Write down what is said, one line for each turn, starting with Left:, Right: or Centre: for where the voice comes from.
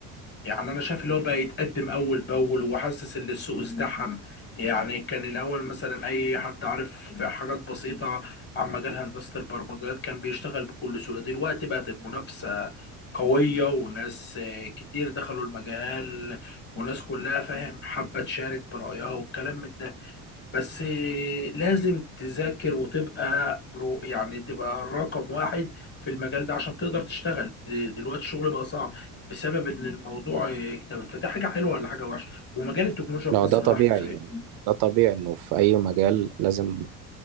Left: يعني انا شايف اللي هو بقى يتقدم اول باول وحاسس ان السوق ازدحم يعني كان الاول مثلا اي حد عارف حاجات بسيطه عن مجال هندسه البرمجيات كان بيشتغل بكل سهوله دلوقتي بقت المنافسه قويه وناس آه، كتير دخلوا المجال وناس كلها فاهم حابه تشارك برايها والكلام من ده بس لازم تذاكر وتبقى برو يعني تبقى رقم واحد في المجال ده عشان تقدر تشتغل د- دلوقتي الشغل بقى صعب بسبب ان الموضوع اكتمل فده حاجه حلوه ولا حاجه وحشه ومجال التكنولوجيا في
Right: لو
Left: مصر
Right: ده طبيعي
Left: راح لفين
Right: يعني ده طبيعي انه في اي مجال لازم